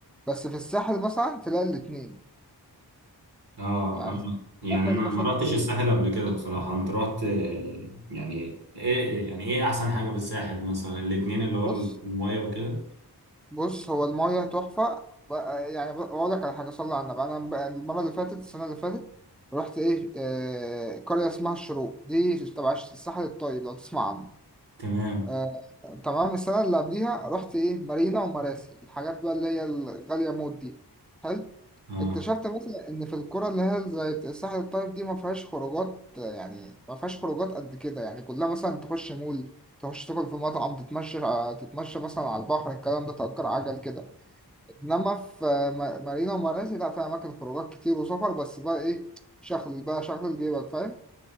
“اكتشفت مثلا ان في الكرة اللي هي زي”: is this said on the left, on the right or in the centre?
Centre